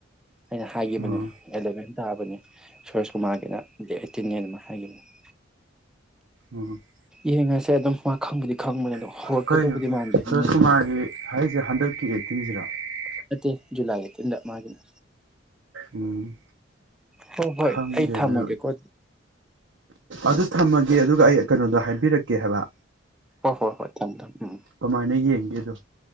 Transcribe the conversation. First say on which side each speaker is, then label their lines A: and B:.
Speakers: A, in the centre; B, on the right (about 75°).
A: ꯑꯩꯅ ꯍꯥꯏꯈꯤꯕꯅꯦ
B: ꯎꯝ
A: ꯑꯦꯂꯚꯦꯟ ꯇꯥꯕꯅꯤ ꯀꯨꯃꯥꯒꯤꯅ ꯗꯦꯠ ꯑꯩꯠꯇꯤꯟꯅꯅ ꯑꯃ ꯍꯥꯏꯈꯤꯕꯅꯤ <inaudible>
B: ꯎꯝ <inaudible>
A: ꯌꯦꯡꯑꯁꯤ ꯁꯦ ꯑꯗꯨꯝ ꯃꯥ ꯈꯪꯕꯗꯤ ꯈꯪꯕꯅꯦ ꯑꯗꯣ
B: <inaudible>
A: ꯍꯧꯔꯛꯀꯗꯧꯕꯗꯤ ꯃꯥꯟꯗꯦ ꯃꯥꯅꯗꯤ
B: <inaudible>
A: ꯅꯠꯇꯦ ꯖꯨꯂꯥꯏ ꯑꯩꯇꯤꯟꯗ ꯃꯥꯒꯤꯅ
B: ꯎꯝ
A: ꯍꯣ ꯍꯣꯏ
B: ꯈꯪꯗꯦ
A: ꯑꯩ ꯊꯝꯃꯒꯦꯀꯣ
B: ꯑꯗꯨ ꯑꯗꯨ ꯊꯝꯃꯒꯦ ꯑꯗꯨꯒ ꯑꯩ ꯀꯩꯅꯣꯗꯣ ꯍꯥꯏꯕꯤꯔꯛꯀꯦ ꯍꯥꯏꯕ
A: ꯍꯣ ꯍꯣ ꯍꯣꯏ ꯊꯝ ꯊꯝ ꯎꯝ
B: ꯀꯃꯥꯏꯅ ꯌꯦꯡꯒꯦꯗꯣ